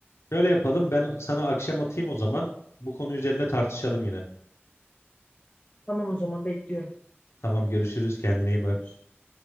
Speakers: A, on the left; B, on the left.
A: Şöyle yapalım ben sana akşam atayım o zaman. Bu konu üzerine tartışalım yine.
B: Tamam o zaman bekliyorum.
A: Tamam görüşürüz kendine iyi bak.
B: Görüşürüz.